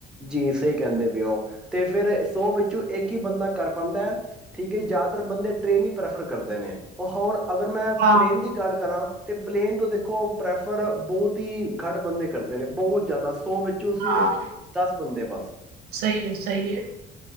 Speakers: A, in the centre; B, on the right (about 80°).
A: ਜੀ ਸਹੀ ਕਹਿੰਦੇ ਪਏ ਹੋ ਤੇ ਫਿਰ ਸੌ ਵਿੱਚੋਂ ਇੱਕ ਹੀ ਬੰਦਾ ਕਰ ਪਾਉਂਦਾ ਹੈ ਠੀਕ ਹੈ ਜੀ ਜ਼ਿਆਦਾਤਰ ਬੰਦੇ ਟ੍ਰੇਨ ਹੀ ਪ੍ਰੈਫਰ ਕਰਦੇ ਨੇ ਉਹ ਹੋਰ ਅਗਰ ਮੈਂ
B: ਹਾਂ
A: ਪਲੇਨ ਦੀ ਗੱਲ ਕਰਾਂ ਤੇ ਪਲੇਨ ਤੋਂ ਦੇਖੋ ਪ੍ਰੈਫਰ ਬਹੁਤ ਹੀ ਘੱਟ ਬੰਦੇ ਕਰਦੇ ਨੇ ਬਹੁਤ ਜ਼ਿਆਦਾ ਸੋ ਉਹ ਸਿਰਫ
B: ਹਾਂ
A: ਦਸ ਬੰਦੇ ਬਸ
B: ਸਹੀ ਹੈ ਸਹੀ ਹੈ